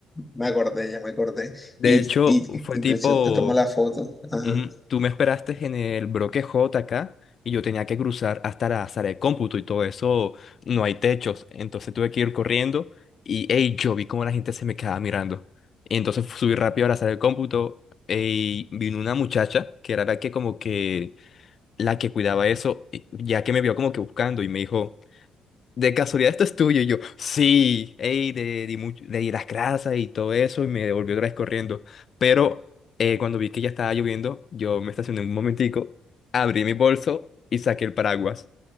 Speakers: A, on the left; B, on the left.
A: me acordé, ya me acordé.
B: De
A: Y,
B: hecho,
A: y, y,
B: fue
A: y
B: tipo...
A: preciso te tomo la foto. ajá
B: Ujú. Tú me esperaste en el bloque J acá y yo tenía que cruzar hasta la sala de cómputo y todo eso, no hay techos, entonces tuve que ir corriendo y ey, yo vi cómo la gente se me quedaba mirando. Y entonces subí rápido a la sala de cómputo y vino una muchacha que era la que como que la que cuidaba eso, y- ya que me vio como que buscando y me dijo, de casualidad, esto es tuyo. Y yo, sí, ey, de, di mucho- le di las grasas y todo eso, y me devolvió otra vez corriendo. Pero eh, cuando vi que ya estaba lloviendo, yo me estacioné un momentico, abrí mi bolso y saqué el paraguas.